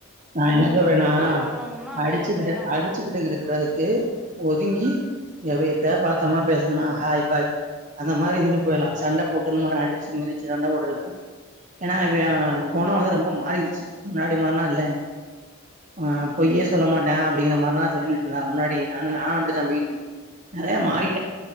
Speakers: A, on the right (about 40°); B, in the centre.
A: நா என்ன சொல்றேனா
B: வாழணும்னா, அப்படி
A: அடிச்சுக்கிட்டு
B: அப்புறம் என்ன பண்றது?
A: அடிச்சுக்கிட்டு இருக்கறதுக்கு ஒதுங்கி <unintelligible> பாத் சமா பேசுனமா
B: ம்.
A: ஹாய் ஃபாய் அந்த மாரி இருந்துட்டு போயிடலா சண்ட போட்டு இந்த மாரி அடிச்சு மிதிச்சு சண்ட போடுறக்கு ஏன்னா இவே குணொ வந்து ரொம்ப மாறிருச்சு முன்னாடி மாரினால்லனே ஆ பொய்யே சொல்ல மாட்டே அப்டிங்கிறமார்லா சொல்லிட்டுருந்தே முன்னாடி நானு நானு அப்புடித்தா போயிட்டு இருந்தே நெறயா மாறி